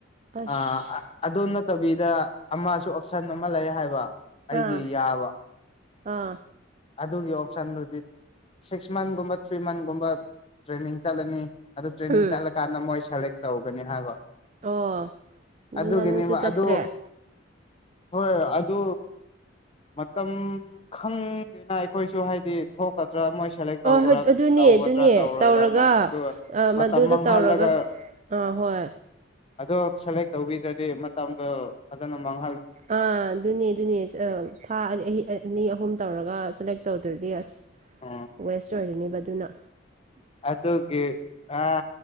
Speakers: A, on the right; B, on the left.
A: ꯑꯁ
B: ꯑꯥ ꯑꯗꯨ ꯅꯠꯇꯕꯤꯗ ꯑꯃꯁꯨ ꯑꯣꯞꯁꯟ ꯑꯃ ꯂꯩ ꯍꯥꯏꯕ ꯑꯩꯒꯤ
A: ꯑꯥ
B: ꯌꯥꯕ
A: ꯑꯥ
B: ꯑꯗꯨꯒꯤ ꯑꯣꯞꯁꯟꯗꯨꯗꯤ ꯁꯤꯛꯁ ꯃꯟꯒꯨꯝꯕ ꯊ꯭ꯔꯤ ꯃꯟꯒꯨꯝꯕ ꯇ꯭ꯔꯦꯅꯤꯡ ꯆꯠꯂꯅꯤ ꯑꯗꯨ ꯇ꯭ꯔꯦꯅꯤꯡ
A: ꯎꯝ
B: ꯆꯠꯂꯀꯥꯟꯗ ꯃꯣꯏ ꯁꯦꯂꯦꯛ ꯇꯧꯒꯅꯤ ꯍꯥꯏꯕ
A: ꯑꯣ ꯑꯗꯨꯅ
B: ꯑꯗꯨꯒꯤꯅꯦꯕ
A: ꯅꯪꯁꯨ ꯆꯠꯇ꯭ꯔꯦ
B: ꯑꯗꯨ
A: ꯑꯣ
B: ꯍꯣꯏ ꯑꯗꯨ ꯃꯇꯝ ꯈꯪꯗꯦꯗ ꯈꯣꯏꯁꯨ ꯍꯥꯏꯗꯤ ꯊꯣꯛꯀꯗ꯭ꯔ ꯃꯣꯏ ꯁꯦꯂꯦꯛ ꯇꯧꯕ꯭ꯔ
A: ꯍꯣꯏ ꯑꯗꯨꯅꯦ
B: ꯇꯧꯒꯗ꯭ꯔ
A: ꯑꯗꯨꯅꯦ
B: ꯇꯧꯔꯣꯏꯔꯅ
A: ꯇꯧꯔꯒ
B: ꯑꯗꯨꯒ
A: ꯑ,
B: ꯃ
A: ꯃꯗꯨꯗ
B: ꯇꯝ ꯃꯥꯡꯍꯜꯂꯒ
A: ꯇꯧꯔꯒ
B: ꯎꯝ
A: ꯑꯥ ꯍꯣꯏ
B: ꯑꯗꯣ ꯁꯦꯂꯦꯛ ꯇꯧꯕꯤꯗ꯭ꯔꯗꯤ ꯃꯇꯝꯗꯣ ꯐꯖꯅ ꯃꯥꯡ
A: ꯑꯥ ꯑꯗꯨꯅꯦ ꯑꯗꯨꯅꯦ ꯊꯥ <unintelligible> ꯑꯅꯤ ꯑꯍꯨꯝ ꯇꯧꯔꯒ ꯁꯦꯂꯦꯛ ꯇꯧꯗ꯭ꯔꯗꯤ ꯑꯁ
B: ꯎꯝ
A: ꯋꯦꯁ ꯑꯣꯏꯔꯅꯦꯕ ꯑꯗꯨꯅ
B: ꯑꯗꯨꯒꯤ ꯑꯥ